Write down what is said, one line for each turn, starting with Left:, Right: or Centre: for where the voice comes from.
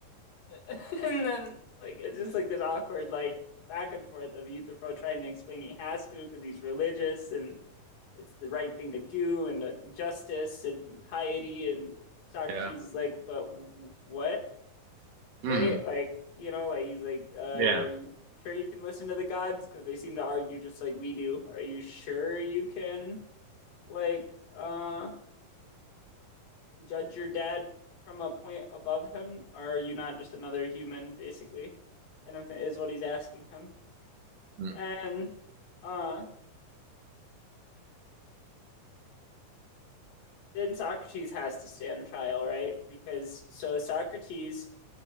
Left: <laughs> and then, like, it's just like this awkward, like, back and forth of Euthyphro trying to explain he has to because he's religious and it's the right thing to do and uh, justice and piety and Socrates
Right: Yeah.
Left: is like, but what? Right?
Right: Mm.
Left: Like, you know, like he's like, uh, are
Right: Yeah.
Left: you sure you can listen to the gods? Because they seem to argue just like we do. Are you sure you can like uh judge your dad from a point above him, or are you not just another human, basically? Kind of thing is what he's asking him.
Right: Mm.
Left: And uh then Socrates has to stand trial, right? Because so Socrates